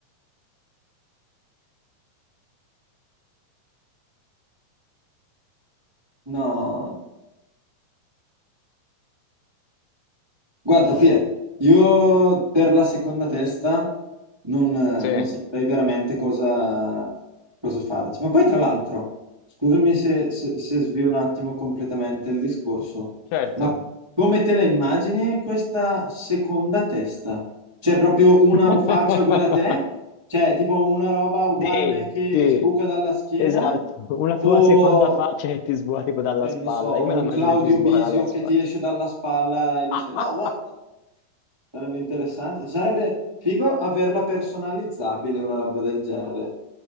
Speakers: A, on the right; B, on the left.
A: No. Guarda, Pie, io per la seconda testa non, non
B: Sì,
A: saprei veramente cosa, cosa farci. Ma poi, tra l'altro, scusami se, se- se svio un attimo completamente il discorso,
B: certo.
A: ma come te la immagini questa seconda testa? C'è proprio una
B: <laughs>
A: faccia uguale a te? Cioè, tipo una roba uguale
B: Sì,
A: a me che
B: sì,
A: sbuca dalla schiena?
B: esatto, una tua
A: O,
B: seconda faccia che ti sbuca tipo dalla
A: cioè,
B: spalla,
A: non lo so,
B: io me
A: un
B: la immagino
A: Claudio
B: che ti sbuca
A: Bisio
B: dalla
A: che
B: spalla.
A: ti esce dalla spalla e dice:
B: <laughs>
A: No, guarda. Sarebbe interessante. Sarebbe figo averla personalizzabile, una roba del genere.